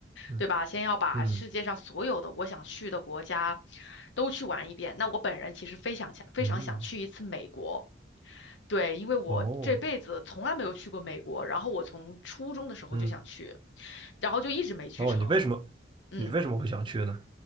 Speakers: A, on the right; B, on the left.
A: 嗯
B: 对吧？先要把世界上所有的我想去的国家
A: 嗯
B: 都去玩一遍。那我本人其实非常想非常想去一次美国。
A: 嗯，
B: 对，因为我这辈子从来没有去过美国，
A: 哦，
B: 然后我从初中的时候就想去，
A: 嗯
B: 然后就一直没去成。
A: 哦，你为什么你为什么会想去呢？
B: 嗯。